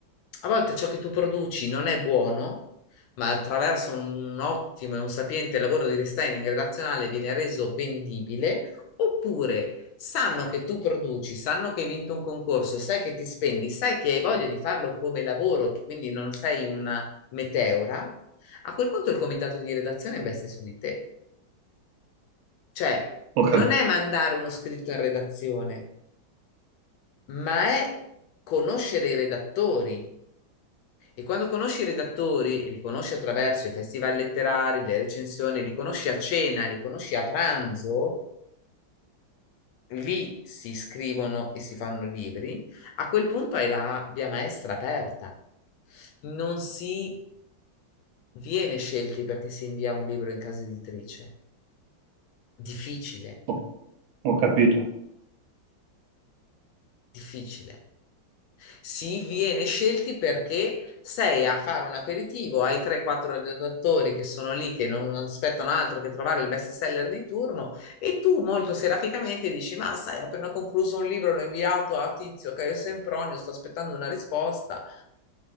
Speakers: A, on the left; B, on the right.
A: A volte ciò che tu produci non è buono, ma attraverso un ottimo e un sapiente lavoro di restyling relazionale viene reso vendibile, oppure sanno che tu produci, sanno che hai vinto un concorso, sai che ti spendi, sai che hai voglia di farlo come lavoro, che quindi non sei una meteora, a quel punto il comitato di redazione investe su di te. Cioè,
B: ho
A: non
B: cap-
A: è mandare uno scritto in redazione, ma è conoscere i redattori. E quando conosci i redattori, e li conosci attraverso i festival letterari, le recensioni, li conosci a cena, li conosci a pranzo, lì si scrivono e si fanno libri, a quel punto hai la via maestra aperta. Non si viene scelti perché si invia un libro in casa editrice. Difficile,
B: ho- ho capito.
A: difficile. Si viene scelti perché sei a fare un aperitivo ai 3-4 redattori che sono lì, che non non aspettano altro che trovare il best seller di turno, e tu molto seraficamente dici: Ma sai, ho appena concluso un libro, l'ho inviato a Tizio, Caio Sempronio, sto aspettando una risposta.